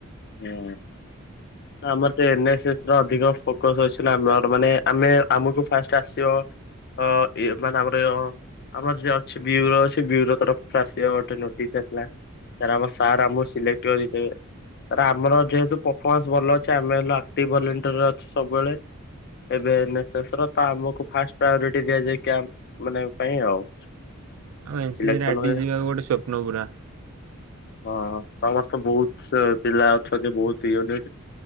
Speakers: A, on the left; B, on the right.
A: ହୁଁ ଆମର ତ ଏ ନେ ସି ଅଧିକ ଫୋକସ ଆମ ମାନେ ଆମେ ଆମକୁ ଫାଷ୍ଟ ଆସିବ ଅ ଏଇ ମାନେ ଆମର ଆମର ଯିଏ ଅଛି ବ୍ୟୁରୋ ଅଛି ବ୍ୟୁରୋ ତରଫରୁ ଆସିବା ଗୋଟେ ନୋଟିସ୍ ଆସିଲା ସ ଆମ ସାର୍ ଆମକୁ ସିଲେକ୍ଟ କରିଵେ ଆମର ଯେହେତୁ ପଫମାନ୍ସ ଭଲ ଅଛି ଆମେ ଆକ୍ଟି ଭଲେଣ୍ଟ ର ଅ ସବୁବେଳେ ଏବେ ଏ ନ ସି ତ ଆମକୁ ଫାଷ୍ଟ ପ୍ରାୟୋରିଟି ଦିଆଯାଏ କ୍ୟାମ୍ପ ମାନେ ପାଇଁ ଆଉ
B: ଆଉ ଏନ୍
A: ସିଲେକ୍ସନ
B: ସି ସିରେ ଆଡି
A: ହୁଏ
B: ଯିବାକୁ ଗୋଟେ ସ୍ୱପ୍ନ ପୁରା
A: ହଁ ସମସ୍ତ ତ ବହୁତ ପିଲା ଅଛନ୍ତି ବହୁତ ଇଏ